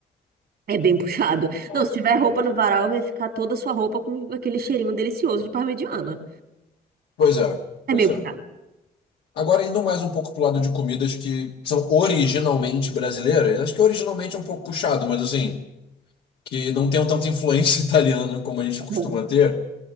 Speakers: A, on the right; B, on the left.
A: É bem puxado.
B: Então,
A: Não, se tiver roupa no varal, vai ficar toda a sua roupa com aquele cheirinho delicioso de parmegiana.
B: Pois é,
A: É
B: pois
A: meio
B: é.
A: puxado.
B: Agora, indo mais um pouco pro lado de comidas que são originalmente brasileiras, acho que originalmente é um pouco puxado, mas assim, que não tenham tanta influência <laughs> italiana como a gente costuma
A: Aham.
B: ter,